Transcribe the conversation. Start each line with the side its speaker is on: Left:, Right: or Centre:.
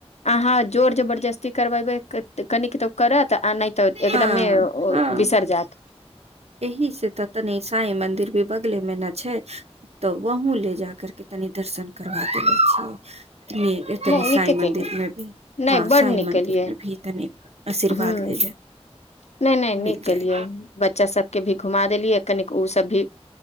Left: अह जोर जरस्ती। करबेबैऽ कनि क तो करत। तऽ नहि तऽ एकदम
Right: हँ हँ
Left: बिसरि जायत।
Right: एहि से तऽ तनी साई मंदिर भी बगले मे ने छै तऽ वहं ले जा करके तनी दर्शन करबा देले छियै। तनी
Left: नहि नीके
Right: साई मन्दिर
Left: केलु
Right: मे भी
Left: नहि
Right: हँ
Left: बड
Right: साई
Left: नीक
Right: मन्दिर
Left: केलियै
Right: मे भी तनी आशीर्वाद
Left: हूँ
Right: ले ले
Left: नहि नहि नीक
Right: मिल
Left: केलियै
Right: जाय
Left: बच्चा सब के भी घुमा देलियै कनिक ओ सब भी